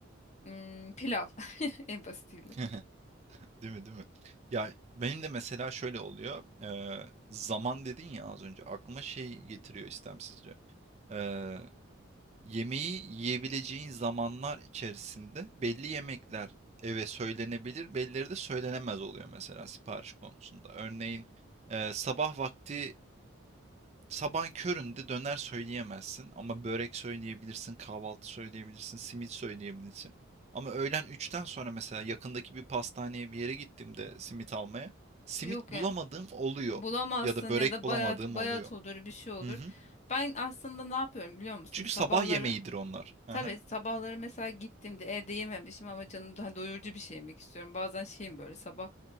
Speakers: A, on the left; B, on the right.
A: hmm, pilav <laughs> en basitiyle.
B: <laughs> Değil mi, değil mi? Ya benim de mesela şöyle oluyor. Eee, zaman dedin ya az önce. Aklıma şey getiriyor istemsizce. Eee, yemeği yiyebileceğin zamanlar içerisinde belli yemekler eve söylenebilir, bellileri de söylenemez oluyor mesela sipariş konusunda. Örneğin eee, sabah vakti sabahın köründe döner söyleyemezsin ama börek söyleyebilirsin, kahvaltı söyleyebilirsin, simit söyleyebilirsin. Ama öğlen üçten sonra mesela yakındaki bir pastaneye bir yere gittiğimde simit almaya, simit
A: Yok
B: bulamadığım
A: yani
B: oluyor
A: bulamazsın
B: ya da börek
A: ya da
B: bulamadığım
A: bayat bayat
B: oluyor.
A: olur bir şey olur.
B: Hı hı.
A: Ben aslında ne yapıyorum biliyor musun?
B: Çünkü
A: Sabahları
B: sabah yemeğidir onlar. Aha,
A: Tabii sabahları mesela gittiğimde evde yememişim ama canım daha doyurucu bir şey yemek istiyorum. Bazen şeyim böyle sabah